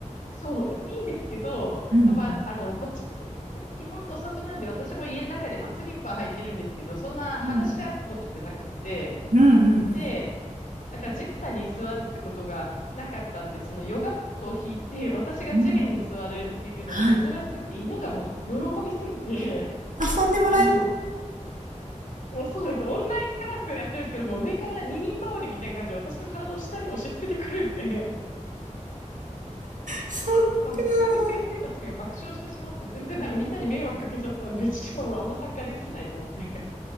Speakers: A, on the left (about 85°); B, on the right (about 80°).
A: そう、いいんですけど、
B: うん。
A: やっぱ、あの、こっち、基本土足なんで、私も家の中で、まあ、スリッパ履いてるんですけど、そんな裸足で歩くことってなくって、
B: うん。うんうん
A: で、なんか地べたに座るってことがなかったんで、そのヨガマットを引いて、<laughs> 私が地面に座るっていうのが珍しすぎて、
B: うん。はい。
A: 犬がもう喜びすぎて、<laughs>
B: 遊んでもらえる。
A: あの、もうそうです。オンラインクラスやってるんですけども、上から二人羽織みたいな感じで私の体を下に押し付けてくるんで、
B: そっか。
A: <laughs> だからもうそれで先生たちが爆笑してしまって、全然なんかみんなに迷惑かけちゃったんで、ちょっともうあんま参加できないと思って。